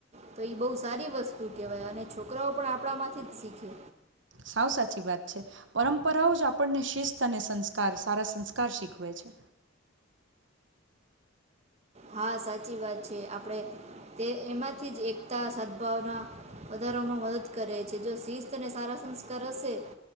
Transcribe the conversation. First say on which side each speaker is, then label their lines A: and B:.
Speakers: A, on the right (about 35°); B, on the right (about 65°).
A: તો એ બહુ સારી વસ્તુ કેહેવાય અને છોકરાઓ પણ આ પડામાં થી જ શીખે.
B: સાવ સાચી વાત છે પરંપરાઓ જ આપણને શિસ્ત અને સંસ્કાર સારા સંસ્કાર શીખવે છે.
A: હા સાચી વાત છે આપણેે તે એમાંથી જ એકતા સદભાવના વધારવામાં મદદ કરે છે જો શિસ્તને સારા સંસ્કાર હશે